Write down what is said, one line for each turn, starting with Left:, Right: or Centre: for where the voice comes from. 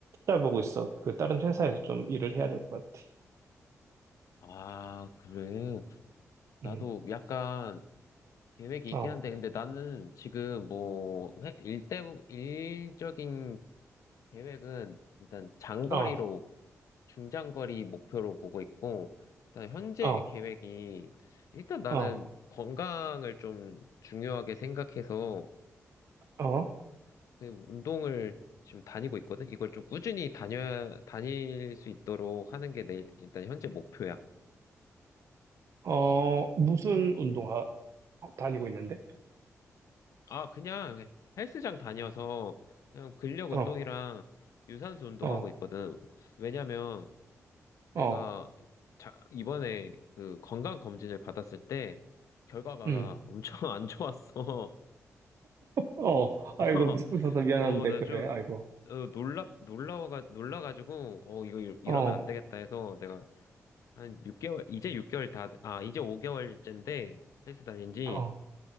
Right: 찾아보고 있어. 그 다른 회사에서 좀 일을 해야 될 것 같아.
Left: 아, 그래. 나도
Right: 음,
Left: 약간 계획이 있긴
Right: 어,
Left: 한데, 근데 나는 지금 뭐, 회- 일대, 일적인 계획은 일단 장거리로,
Right: 어,
Left: 중장거리 목표로 보고 있고, 일단 현재
Right: 어,
Left: 계획이, 일단 나는
Right: 어,
Left: 건강을 좀 중요하게 생각해서,
Right: 어,
Left: 그 운동을 지금 다니고 있거든? 이걸 좀 꾸준히 다녀, 다닐 수 있도록 하는 게 내, 일단 현재 목표야.
Right: 어, 무슨 운동화 다니고 있는데?
Left: 아, 그냥 헬스장 다녀서, 그냥 근력 운동이랑
Right: 어,
Left: 유산소 운동하고
Right: 어.
Left: 있거든. 왜냐면, 내가
Right: 어.
Left: 자, 이번에 그 건강 검진을 받았을 때 결과가
Right: 응.
Left: 엄청 안 좋았어.
Right: 어,
Left: <laughs>
Right: 아이고, 미- 웃어서 미안한데,
Left: 어, 나
Right: 그래,
Left: 좀,
Right: 아이고.
Left: 어, 놀라, 놀라워가, 놀라가지고, 어, 이거 이- 이러면
Right: 어,
Left: 안 되겠다 해서 내가 한 6개월, 이제 6개월 다, 아, 이제 5개월째인데 헬스 다닌 지,
Right: 어,